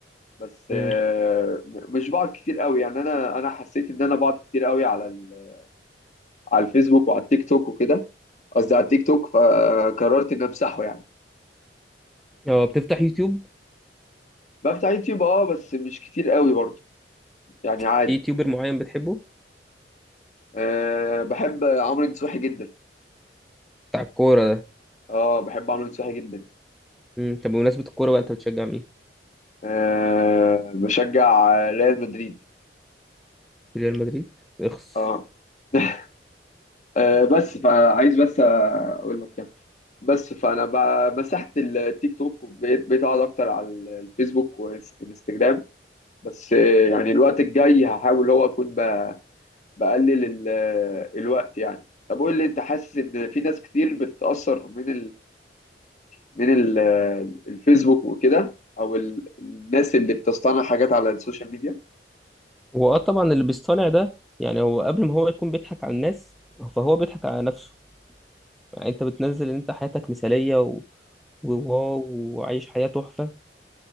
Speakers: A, on the left (about 40°); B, in the centre.
A: بس
B: امم
A: آه، م- مش بقعد كتير قوي يعني انا انا حسيت ان انا بقعد كتير قوي على ال- على الفيسبوك وعلى التيك توك وكده قصدي على التيك توك فقررت ان امسحه يعني
B: اه بتفتح يوتيوب
A: بفتح يوتيوب اه بس مش كتير قوي برضه يعني عادي
B: في يوتيوبر معين بتحبه
A: أه بحب عمرو نصوحي جدا
B: بتاع الكوره ده
A: اه بحب عمرو نصوحي جدا
B: امم طب بمناسبه الكوره بقى انت بتشجع مين
A: أه بشجع ريال مدريد
B: ريال مدريد اخس
A: اه <laughs> أه بس فعايز بس اقول لك يعني بس فانا ب- مسحت التيك توك وبقيت بقيت اقعد اكتر على الفيسبوك والانستجرام بس آه، يعني الوقت الجاي هحاول هو اكون ب- بقلل ال- الوقت يعني طب قول لي انت حاسس ان في ناس كتير بتتاثر من من ال- الفيسبوك وكده او ال- الناس اللي بتصطنع حاجات على السوشيال ميديا
B: هو اه طبعا اللي بيصطنع ده يعني هو قبل ما هو يكون بيضحك على الناس فهو بيضحك على نفسه يعني انت بتنزل ان انت حياتك مثاليه و... وواو وعايش حياة تحفة